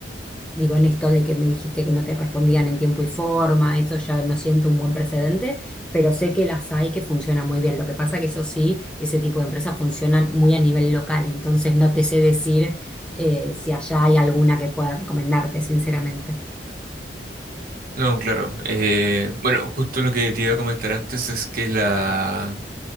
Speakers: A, in the centre; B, on the right.
A: digo, en esto de que me dijiste que no te respondían en tiempo y forma, eso ya no siento un buen precedente, pero sé que las hay que funcionan muy bien. Lo que pasa que eso sí, ese tipo de empresas funcionan muy a nivel local, entonces no te sé decir eh, si allá hay alguna que pueda recomendarte, sinceramente.
B: No, claro. eh, bueno, justo lo que te iba a comentar antes es que la...